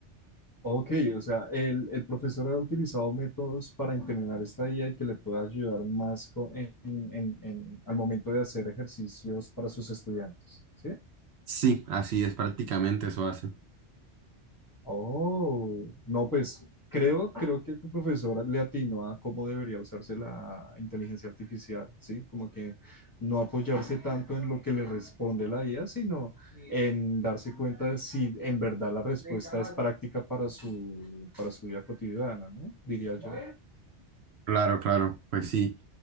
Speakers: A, on the left (about 20°); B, on the right (about 70°).
A: Ok, o sea, el, el profesor ha utilizado métodos para entrenar esta IA y que le pueda ayudar más co- en, en- en- al momento de hacer ejercicios para sus estudiantes, ¿sí?
B: Sí, así es prácticamente eso hace.
A: Oh, no, pues creo, creo que tu profesora le atinó a cómo debería usarse la inteligencia artificial, ¿sí? Como que no apoyarse tanto en lo que le responde la IA, sino en darse cuenta de si en verdad la respuesta es práctica para su, para su vida cotidiana, ¿no? Diría yo.
B: Claro, claro, pues sí.